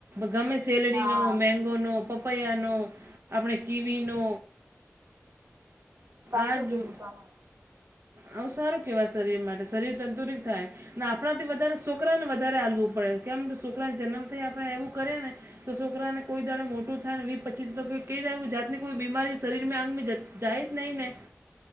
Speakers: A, on the right (about 60°); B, on the right (about 80°).
A: ગમે સેલડીનો,
B: હા
A: મેંગોનો, પપૈયાનો આપણે કીવીનો.
B: સાચું
A: આ
B: કીધું
A: જ
B: તમે.
A: આવું સારું કેવાય શરીર માટે શરીર તંદુરત થાય. ને આપણાથી વધારે સોકરાને વધારે આલવું પડે. કેમ કે સોકરાને જન્મથી આપણે એવું કરીએ ને. તો સોકરાને કોઈ દાડે મોટું થાય ને વીસ પચીસ તો કઈ દા જાતની કોઈ બીમારી શરીરમાં અંગમે જત જાય જ નહીં ને.